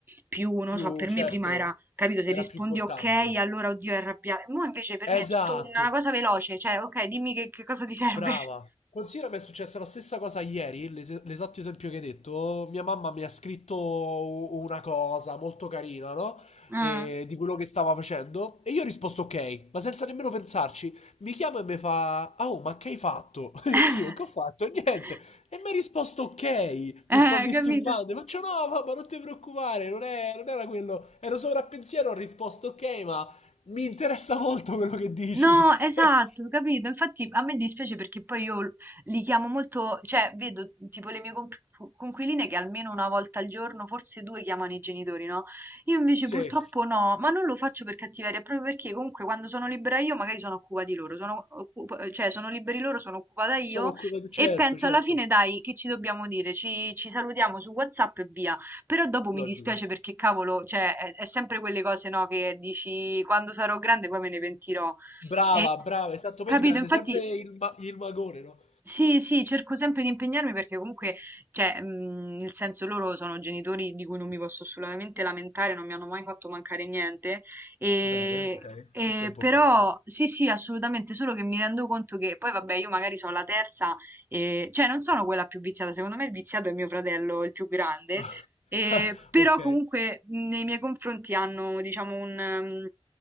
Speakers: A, on the right (about 20°); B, on the left (about 80°).
A: più, non
B: Più,
A: so, per
B: certo,
A: me prima era, capito, se
B: era
A: rispondi
B: più importante.
A: ok, allora oddio è arrabbiata, mo invece per me
B: Esatto.
A: è tutto una cosa veloce, cioè ok, dimmi che, che cosa ti serve.
B: Brava.
A: <laughs>
B: Considera che è successa la stessa cosa ieri, l'es- l'esatto esempio che hai detto. Mia mamma mi ha scritto u- una cosa molto carina, no?
A: Ah.
B: E di quello che stava facendo. E io ho risposto ok, ma senza nemmeno pensarci. Mi chiama e mi fa: "Ah, Oh, ma che hai fatto? <laughs> E
A: <laughs>
B: io che ho fatto? Niente. E mi ha risposto ok, ti
A: Eh,
B: sto disturbando.
A: capito?
B: E Faccio no, mamma, non ti preoccupare, non, è- non era quello. Ero sopra a pensiero, ho risposto ok, ma mi interessa molto quello che dici.
A: No,
B: <laughs>
A: esatto, capito? Infatti a me dispiace perché poi io l- li chiamo molto, cioè vedo tipo le mie comp- conquiline che almeno una volta al giorno, forse due, chiamano i genitori, no? Io invece
B: Sì.
A: purtroppo no, ma non lo faccio per cattiveria, proprio perché comunque quando sono libera io magari sono occupati loro, sono occup- cioè sono liberi loro, sono occupata io
B: Sono occupato, certo,
A: e penso
B: certo,
A: alla fine dai, che ci dobbiamo dire? Ci, ci salutiamo su WhatsApp e via. Però dopo mi
B: logico.
A: dispiace perché cavolo, cioè è, è sempre quelle cose, no, che dici quando sarò grande poi me ne pentirò.
B: Brava,
A: E
B: brava, esatto,
A: capito?
B: poi ti prende
A: Infatti
B: sempre il, ma- il magone, no?
A: sì, sì, cerco sempre di impegnarmi perché comunque, cioè, mhmm, nel senso loro sono genitori di cui non mi posso assolutamente lamentare, non mi hanno mai fatto mancare niente. Ehm,
B: Bene, ok,
A: ehm,
B: questo è importante.
A: però sì, sì, assolutamente, solo che mi rendo conto che poi vabbè io magari so' la terza, ehm, cioè non sono quella più viziata, secondo me il viziato è mio fratello, il più grande,
B: <laughs>
A: ehm, però
B: Ok.
A: comunque mh, nei miei confronti hanno diciamo un mhmm,